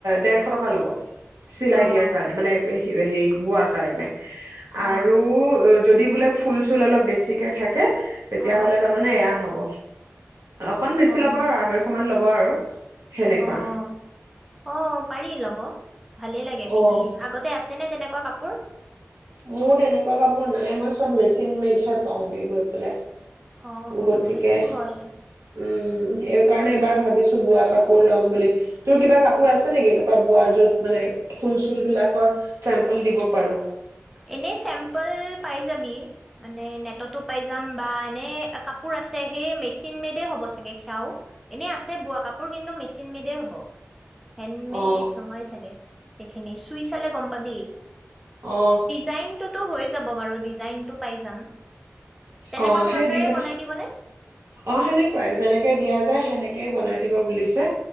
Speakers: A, on the right; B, in the centre.
A: ডেৰ এশ টকা ল'ব। চিলাই
B: অ'
A: দিয়াৰ কাৰণে মানে হিৰে হিক বোৱাৰ কাৰণে। আৰু
B: অ'
A: যদি বোলে ফুল - চুল অলপ বেছিকে থাকে।। তেতিয়াহ'লে
B: অ'
A: তাৰমানে এয়া হব। অকন বেছি
B: অ'
A: ল'ব আৰু আঢ়ৈশ মান ল'ব।। হ'ব আৰু, সেনেকুৱা।
B: অ' অ' পাৰি ল'ব। ভালে লাগে পিন্ধি
A: অ
B: আগতে আছে নে তেনেক।। কোৱা কাপোৰ?
A: মোৰ তেনেকুৱা কাপোৰ নাই মই চব মেচিন মেইডহে পাওঁগে গৈ পেলাই।
B: অ', অ',
A: গতিকে
B: সেইটো
A: উম
B: হয়
A: <inaudible> সেই কাৰণে এবাৰ ভাবিছোঁ বোৱা কাপোৰ লম বুলি। তোৰ কিবা কাপোৰ আছে নেকি, এনেকুৱা বোৱা যত মানে ফুল - চুল বিলাকৰ চেম্পল দিব পাৰোঁ।
B: এনেই চেম্পল পাই যাবি মানে নেটতো পাই যাম বা এনে চেম্পিল পাই যাবি। মানে নেটতো পাই যাম বা এনে কাপোৰ আছে। সেই মেচিন মেডে হ'ব চাগে সেয়াও, এনেই আছে বোৱা কাপোৰ কিন্তু মেচিন মেডেই হ'ব। হেণ্ডমেড
A: অ
B: নহয় চাগে সেইখিনি চুই চালে গম পাবি।
A: অহ।
B: ডিজাইনটো টো হৈ যাব বাৰু, ডিজাইনটো পায় যাম। তেনেকুৱাঁ
A: অ
B: ধৰণৰে
A: সেই ডিজাইন
B: বনাই দিবনে?
A: অ' সেনেকুৱাই, যেনেকে দিয়া যায় সেনেকেই বনাই দিব বুলিছে।